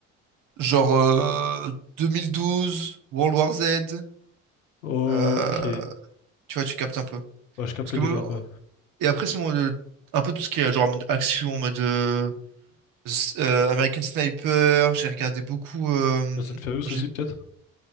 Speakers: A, on the right (about 50°); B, on the left (about 80°).
A: Genre euh, 2012, World War Z,
B: Ok.
A: euh, tu vois, tu captes un peu.
B: Ouais, je capte
A: Parce que,
B: le délire
A: moi-
B: un peu.
A: et après, c'est mon, le- un peu tout ce qui est euh, genre en mode action, en mode euh, s- euh, American Sniper, j'ai regardé beaucoup... euh,
B: Fast and Furious
A: j'ai-
B: aussi, peut-être?